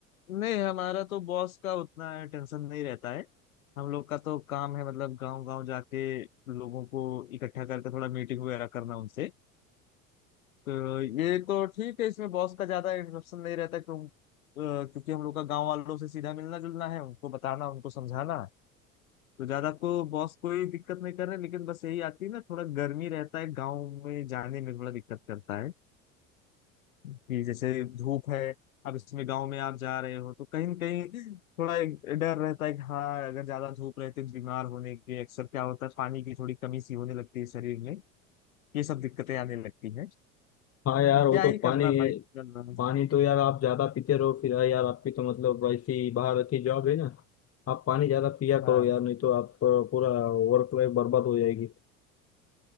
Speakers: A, on the left (about 70°); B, on the left (about 35°).
A: नहीं हमारा तो बॉस का उतना टेंशन नहीं रहता है हम लोग का तो काम है मतलब गांव गांव जाके लोगों को इकट्ठा करके थोड़ा मीटिंग वगैरह करना उनसे तो ये तो ठीक है इसमें बॉस का ज्यादा इंटरप्शन नहीं रहता क्यों अ, क्योंकि हम लोग का गांव वालों से सीधा मिलना जुलना है उनको बताना उनको समझाना तो ज्यादा को बॉस कोई दिक्कत नहीं कर रहे लेकिन बस यही आती है ना थोड़ा गर्मी रहता है गाँव में जाने में थोड़ा दिक्कत करता है कि जैसे धूप है अब इसमें गांव में आप जा रहे हो तो कहीं ना कहीं थोड़ा एक डर रहता है कि हाँ अगर ज्यादा धूप रहती है तो बीमार होने के अक्सर क्या होता है पानी की थोड़ी कमी सी होने लगती है शरीर में ये सब दिक्कतें आने लगती हैं
B: हाँ यार
A: तो
B: वो
A: क्या
B: तो
A: ही
B: पानी
A: करना भाई चल रहा है
B: पानी तो यार आप ज्यादा पीते रहो फिर हाँ यार आपकी तो मतलब ऐसी बाहर की जॉब है ना आप पानी ज्यादा पिया करो
A: हाँ
B: यार नहीं तो आप अ, पूरा वर्क लाइफ बर्बाद हो जाएगी